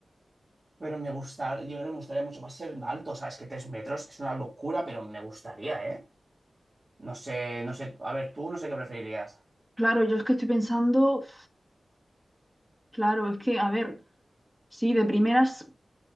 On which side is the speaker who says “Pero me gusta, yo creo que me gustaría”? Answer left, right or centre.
Right